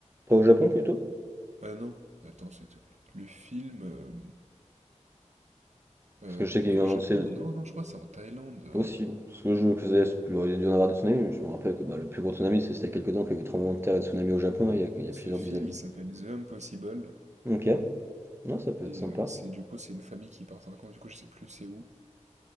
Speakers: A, on the right; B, on the right.
A: pas au Japon plutôt?
B: Ah non, attends, c'est... Le film... euh, euh,
A: Parce que je sais qu'il y
B: au
A: a eu un,
B: Japon?
A: c'est
B: Non, non, je crois que c'est en Thaïlande. euh.
A: possible. Parce que je faisais, il aurait dû en avoir des tsunamis. Je me rappelle que bah, le plus gros tsunami, c'est- c'était il y a quelques temps qu'il y a eu tremblement de terre et de tsunami au Japon, là, il y a, il y
B: Ce
A: a plusieurs
B: film,
A: dizaines d'années.
B: il s'appelle The Impossible.
A: Ok, non, ça peut
B: Et
A: être sympa.
B: euh, c'est du coup, c'est une famille qui part en vacances, du coup, je sais plus c'est où.